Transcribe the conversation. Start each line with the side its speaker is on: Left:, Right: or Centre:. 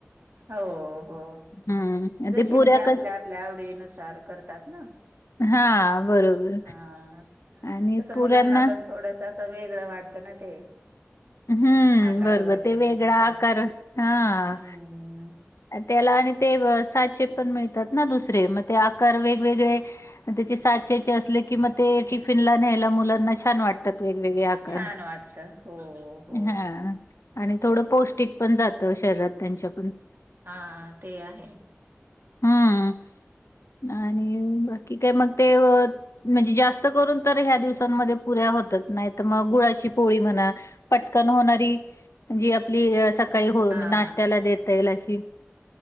Right: हो हो
Left: हं,
Right: जशी
Left: ते पुऱ्या
Right: म्हणजे आपल्या
Left: कसं
Right: आपल्या आवडीनुसार करतात ना,
Left: हा बरोबर
Right: अ
Left: आणि
Right: कसं
Left: पुर्यांना
Right: मुलांना पण थोडस असं वेगळं वाटतं ना ते,
Left: हं,
Right: आकार
Left: बरोबर
Right: वगैरे
Left: ते वेगळा
Right: त्याचा
Left: आकार हां.
Right: हम्म
Left: त्याला आणि ते साचे पण मिळतात ना दुसरे मग ते आकार वेगवेगळे त्याचे साचेचे असले की मग ते टिफिनला न्यायला मुलांना छान वाटतात वेगवेगळे आकार
Right: छान वाटत हो हो
Left: हा आणि थोडं पौष्टिक पण जातं शरीरात त्यांच्या पण
Right: हा ते आहे.
Left: हम्म आणि बाकी काय मग ते म्हणजे जास्त करून तर ह्या दिवसांमध्ये पुऱ्या होतच नाहीत मग गुळाची ळी म्हणा पटकन होणारी जी आपली सकाळी हो
Right: हा
Left: त्याला देता येईल अशी